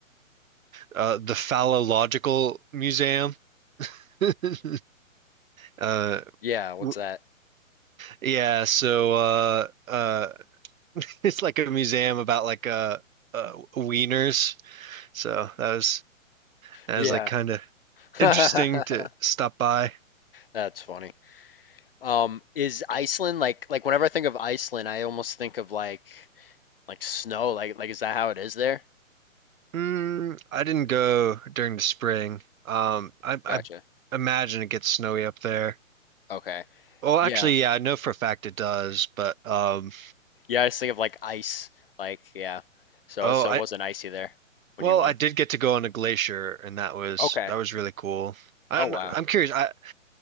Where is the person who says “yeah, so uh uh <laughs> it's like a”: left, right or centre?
Right